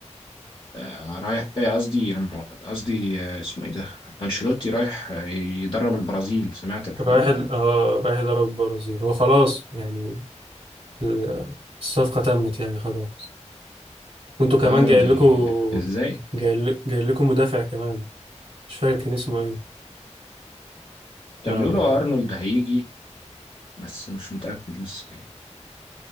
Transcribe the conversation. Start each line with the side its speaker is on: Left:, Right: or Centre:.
Left: آه، رايح آه، قصدي لما- قصدي آه، اسمه ايه ده انشيلوتي رايح آه، يدرب البرازيل سمعت الحوار
Right: رايح
Left: ده
Right: ال... آه رايح يضرب البرازيل وخلاص يعني ال- الصفقة تمت يعني خلاص وانتوا كمان
Left: اه
Right: جاي
Left: دي
Right: لكم
Left: ازاي
Right: جاي, ل... جاي لكم مدافع كمان مش فاكر كان اسمه ايه
Left: كان
Right: آه آه،
Left: بيقولوا ارنولد هيجي بس مش متاكد لسه يعني